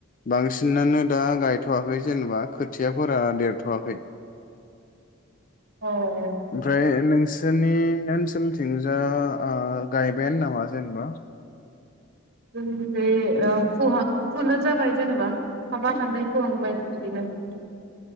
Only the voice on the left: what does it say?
बांसिनानो दा गायथ'वाखै। जेनेबा खोथियाफोरा देरथ'वाखै।
ओमफ्राय नोंसोनि ओनस थिंजा आ गायबायानो नामा जेनेबा?